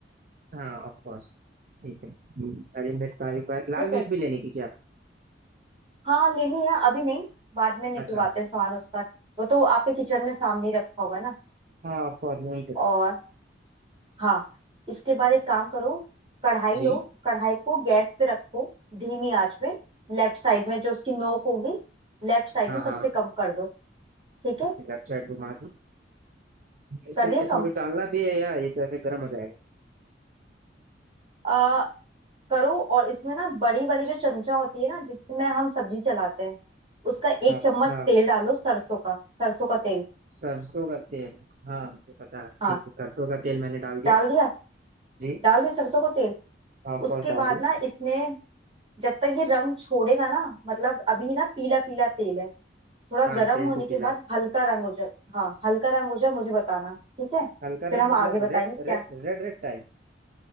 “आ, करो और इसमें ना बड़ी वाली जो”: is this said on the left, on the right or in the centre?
Right